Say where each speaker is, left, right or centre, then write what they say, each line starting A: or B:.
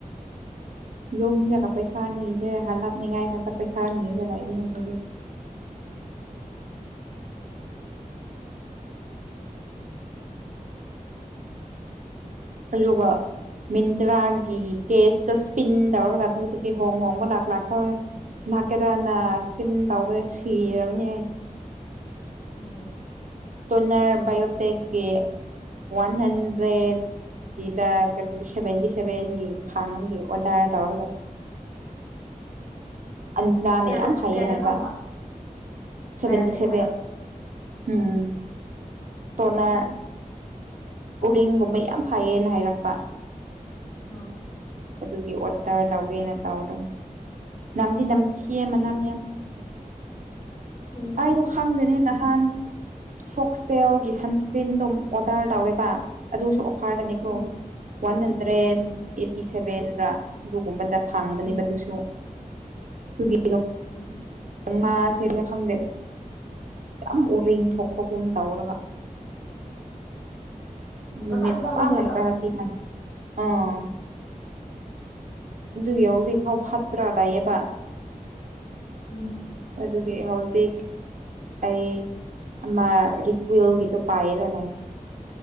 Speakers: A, on the right; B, on the left.
A: ꯌꯔꯒ ꯄꯩꯁꯥ ꯅꯤꯗꯦ ꯍꯥꯂꯛꯅꯤꯡꯉꯥꯏ ꯍꯛꯇ ꯄꯩꯁꯥ ꯅꯤꯔꯦ ꯂꯩꯉꯦ ꯑꯗꯨꯒ ꯃꯤꯟꯇꯔꯥꯒꯤ ꯀꯦꯁꯇꯣ ꯏꯁꯄꯤꯟ ꯇꯧꯔꯒ ꯑꯗꯨꯗꯒꯤ ꯍꯣꯡ ꯍꯣꯡꯕ ꯂ ꯂꯥꯛꯄ ꯂꯥꯛꯀꯦꯔꯥꯅ ꯏꯁꯄꯤꯟ ꯇꯧꯕ ꯁꯤꯔꯕꯅꯦ
B: ꯎꯝ
A: ꯇꯣꯅꯔ ꯕꯥꯏꯌꯑꯣꯇꯦꯛꯀꯤ ꯋꯥꯟ ꯍꯟꯗ꯭ꯔꯦꯠꯀꯤꯗ ꯁꯚꯦꯟꯇꯤ ꯁꯚꯦꯟꯒꯤ ꯐꯥꯡꯉꯒꯦ ꯑꯣꯔꯗꯔ ꯇꯧꯔꯒ
B: <inaudible>
A: ꯑꯅꯥꯅ
B: ꯀꯌꯥꯗ
A: ꯌꯥꯝ ꯐꯩꯌꯦ
B: ꯀꯌꯥꯗ
A: ꯍꯥꯏꯕ
B: ꯐꯪꯕ
A: ꯁꯚꯦꯟꯇꯤ
B: ꯕꯥꯏꯑꯣꯇꯦꯛ
A: ꯁꯚꯦꯟ
B: ꯍꯥꯏꯔꯣ
A: ꯎꯝ ꯇꯣꯅꯔ
B: ꯎꯝ ꯎꯝ
A: ꯎꯔꯤꯡꯒꯨꯝꯕ ꯌꯥꯝ ꯐꯌꯦꯅ ꯍꯥꯏꯔꯛꯄ
B: ꯍꯝ
A: ꯑꯗꯨꯒꯤ ꯑꯣꯗꯔ ꯇꯧꯒꯦꯅ ꯇꯧꯔꯕ ꯅꯝꯗꯤ ꯅꯝꯊꯤꯌꯦ ꯃꯅꯝ ꯌꯥꯝ
B: ꯎꯝ
A: ꯑꯩꯥꯏꯗꯣ ꯈꯪꯗꯅꯦ ꯅꯍꯥꯟ ꯐꯣꯛꯁꯇꯦꯜꯒꯤ ꯁꯟꯁꯀ꯭ꯔꯤꯟ ꯑꯗꯨꯝ ꯑꯣꯔꯗꯔ ꯇꯧꯋꯦ ꯑꯗꯨꯁꯨ ꯐꯥꯗꯅꯦꯀꯣ
B: ꯎꯝ
A: ꯋꯥꯟ ꯍꯟꯗ꯭ꯔꯦꯠ
B: ꯎꯝ
A: ꯑꯩꯠꯇꯤ ꯁꯦꯚꯦꯟ ꯑꯗꯨꯒꯨꯝꯕ ꯊꯥꯡꯕꯅꯦꯕꯗꯨꯁꯨ
B: ꯎꯝ
A: ꯇꯒꯤ
B: ꯎꯝ
A: ꯅꯪ ꯃꯥ ꯁꯔꯤꯒ ꯈꯪꯗꯦ ꯌꯥꯝ ꯎꯔꯤꯡ ꯊꯣꯛꯄꯒꯨꯝ ꯇꯧꯔꯒ ꯅꯨꯃꯤ
B: ꯃꯆꯥ ꯃꯆꯥ
A: ꯊꯃ
B: ꯑꯗꯨꯝ ꯇꯧꯔꯤꯔꯣ
A: ꯍꯥꯥꯛꯛꯇ ꯍꯥꯏ ꯑꯥ ꯨꯏ
B: ꯎꯝ
A: ꯌꯥ ꯆꯖꯤꯐꯥꯎ ꯐꯠ ꯎꯨꯇ꯭ꯔꯥ ꯂꯌꯦꯕ
B: ꯎꯝ
A: ꯑꯗꯨꯒꯤ ꯍꯧꯖꯤꯛ ꯑꯩ ꯑꯃ ꯔꯤꯀ꯭ꯋꯤꯜꯒꯤꯗꯣ ꯄꯥꯏꯔ ꯂꯩꯔꯦ